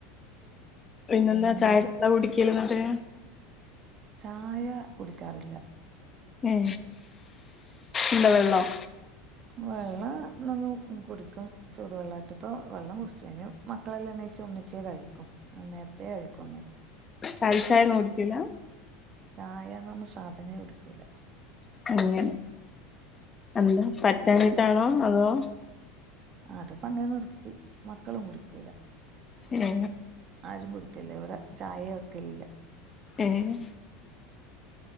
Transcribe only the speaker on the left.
നിങ്ങള്
ചായെല്ല കുടിക്കല എന്നിട്ട്
ഏ എന്ത വെള്ളം
പാൽച്ചായ കുടിക്കല്
അങ്ങനെ എന്താ പറ്റണ്ടിട്ടാണോ അതോ
ഏ
ഏഹ്